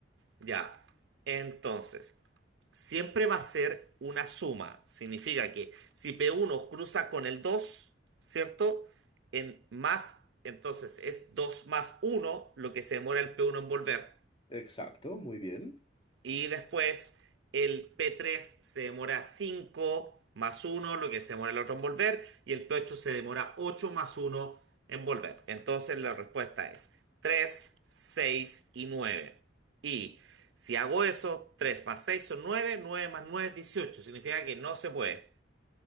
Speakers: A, on the right; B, on the left.
A: Ya. Entonces, siempre va a ser una suma. Significa que si p uno cruza con el 2, ¿cierto? En más, entonces es 2 más uno, lo que se demora el p uno en volver.
B: Exacto, muy bien.
A: Y después el p tres se demora 5 más uno lo que se demora el otro en volver, y el p ocho se demora 8 más uno en volver. Entonces la respuesta es 3 6 y nueve Y si hago eso, 3 más 6 son 9 9 más 9 es 18. Significa que no se puede.